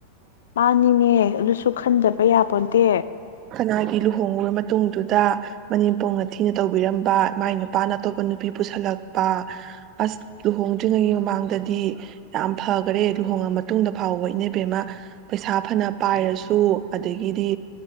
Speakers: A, on the left (about 60°); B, on the right (about 35°).
A: ꯃꯥꯅꯤꯅꯦ ꯑꯗꯨꯁꯨ ꯈꯟꯗꯕ ꯌꯥꯄꯣꯟꯇꯦ
B: ꯀꯅꯥꯒꯤ ꯂꯨꯍꯣꯡꯉꯨꯔ ꯃꯇꯨꯡꯗꯨꯗ ꯃꯅꯦꯝꯄꯣꯛꯅ ꯊꯤꯅ ꯇꯧꯕꯤꯔꯝꯕ ꯃꯥꯏ ꯅꯨꯄꯥꯅ ꯑꯇꯣꯞꯄ ꯅꯨꯄꯤ ꯄꯨꯁꯤꯜꯂꯛꯄ ꯑꯁ ꯂꯨꯍꯣꯡꯗ꯭ꯔꯤꯉꯩꯒꯤ ꯃꯃꯥꯡꯗꯗꯤ ꯌꯥꯝ ꯐꯈꯔꯦ ꯂꯨꯍꯣꯡꯉ ꯃꯇꯨꯡꯗ ꯐꯥꯎꯕ ꯏꯅꯕꯤꯦꯝꯃ ꯄꯩꯁꯥ ꯐꯅ ꯄꯥꯏꯔꯁꯨ ꯑꯗꯒꯤꯗꯤ